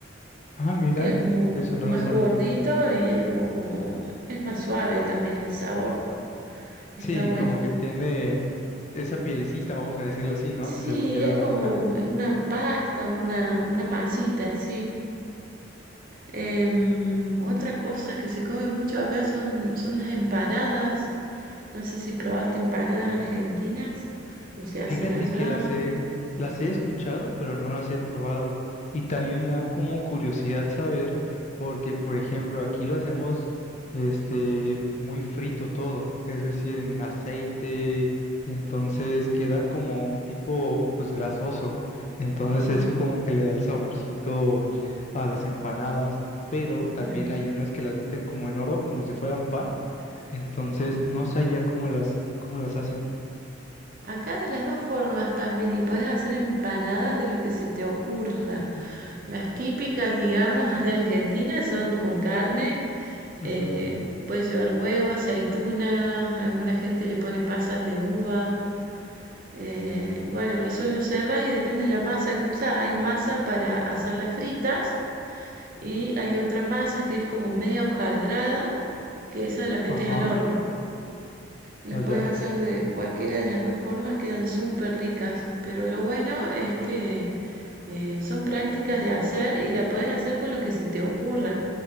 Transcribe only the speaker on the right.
Queda como
más
gordito y es como, como- es más suave también el sabor. Está
bueno.
Sí,
es como
una pasta, una, una masita, sí. Em, otra cosa que se come mucho acá son, son las empanadas. No sé si probaste empanadas argentinas o se hacen
allá.
Mm,
Claro.
Acá de las dos formas también, y podés hacer empanadas de lo que se te ocurra. Las típicas, digamos, de Argentina son con carne,
eh, puedes llevar huevo, aceituna, alguna gente le pone pasas de uva. eh, y bueno, eso lo cerrás y depende de la masa que usás. Hay masa para hacer las fritas Y hay otra masa que es como media hojaldrada, que esa la metes
al horno. Las
puedes hacer de cualquiera de las dos formas, quedan súper ricas. Pero lo bueno es que eh, son prácticas de hacer y la puedes hacer con lo que se te ocurra.